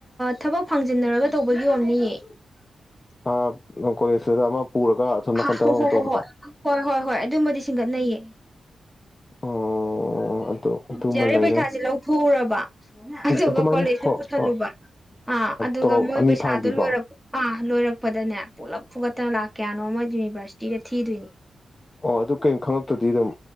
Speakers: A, in the centre; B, on the left.
A: ꯊꯕꯛ ꯐꯪꯖꯤꯟꯅꯔꯒ ꯇꯧꯕꯒꯤ ꯑꯣꯏꯔꯝꯅꯤꯌꯦ
B: ꯑ ꯂꯣ ꯀꯣꯂꯦꯁꯁꯤꯗ ꯑꯃ ꯄꯨꯔꯒ ꯑꯁꯣꯝ ꯅꯥꯀꯟꯗ
A: ꯍꯣꯏ
B: ꯑꯃꯃꯨꯛ
A: ꯍꯣ ꯍꯣꯏ
B: ꯇꯧꯕꯗꯣ
A: ꯍꯣꯏ ꯍꯣꯏ ꯍꯣꯏ ꯍꯣꯏ ꯑꯗꯨꯝꯕꯗꯤ ꯁꯤꯡꯒꯠꯅꯩꯑꯌꯦ
B: ꯑꯣ ꯑꯗꯨ ꯑꯗꯨꯃ
A: ꯖꯤ ꯑꯔ
B: ꯂꯩꯔꯦ
A: ꯑꯐ ꯄꯩꯁꯥꯁꯦ ꯂꯧꯊꯣꯛꯎꯔꯕ ꯑꯗꯨꯒ
B: ꯑꯗꯨꯃꯥꯏꯅ
A: ꯀꯣꯂꯦꯖꯇ
B: ꯍꯣ
A: ꯄꯨꯁꯜꯂꯨꯕ
B: ꯍꯣ
A: ꯑꯥ ꯑꯗꯨꯒ
B: ꯇꯣꯂꯣꯞ
A: ꯃꯣꯏ
B: ꯑꯅꯤ
A: ꯄꯩꯁꯥꯗꯣ
B: ꯐꯥꯡꯕꯤꯀꯣ
A: ꯂꯣꯏꯔꯕ ꯑ ꯑ ꯂꯣꯏꯔꯛꯄꯗꯅꯦ ꯄꯨꯂꯞ ꯐꯨꯀꯠꯇꯅ ꯂꯥꯛ ꯀꯌꯥꯅꯣ ꯑꯣ ꯃꯣꯏ ꯌꯨꯅꯤꯚꯔꯁꯤꯇꯤꯗ ꯊꯤꯗꯣꯏꯅꯤ
B: ꯑꯣ ꯑꯗꯨ ꯀꯩꯝ ꯈꯪꯉꯛꯇ꯭ꯔꯗꯤ ꯑꯗꯨꯝ